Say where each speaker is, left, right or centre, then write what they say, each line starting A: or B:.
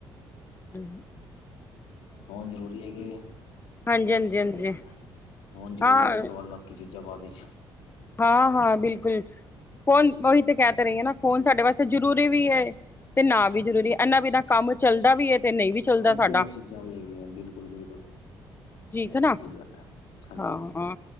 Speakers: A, on the left; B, on the left.
A: ਹਮ
B: ਫੋਨ ਜ਼ਰੂਰੀ ਹੈਗੇ
A: ਹਾਂਜੀ
B: ਬਸ
A: ਹਾਂਜੀ
B: ਕਰਧਆ
A: ਹਾਂਜੀ
B: ਫੋਨ ਜ਼ਰੂਰੀ
A: ਹਾਂ
B: ਹੈ ਉਸ ਤੋਂ ਬਾਅਦ ਬਾ ਕਿਛ ਜਵਾ ਦਸ਼
A: ਹਾਂ ਹਾਂ, ਬਿਲਕੁਲ ਫੋਨ ਉਹੀ ਤੇ ਕਹਿ ਤਾਂ ਰਹੀ ਹਾਂ, ਨਾ ਫੋਨ ਸਾਡੇ ਵਾਸਤੇ ਜ਼ਰੂਰੀ ਵੀ ਐ। ਆ ਵੀ ਜ਼ਰੂਰੀ
B: ਬਿਲਕੁਲ
A: ਇਹਨਾ ਵੀ ਤਾਂ ਕੰਮ ਚੱਲਦਾ ਵੀ ਐ ਤੇ ਨਹੀਂ ਵੀ ਚੱਲਦਾ
B: ਹਾਂ
A: ਸਾਡਾ।
B: ਦੋਨੋਂ ਚੀਜ਼ਾਂ ਵੀ ਹੈਗੀਆਂ ਬਿਲਕੁਲ ਬਿਲਕੁਲ
A: ਠੀਕ ਨਾ
B: ਸਹੀ ਗੱਲ ਹੈ ਹਾਂਜੀ
A: ਹਾਂ
B: ਹਾਂਜੀ
A: ਹਾਂ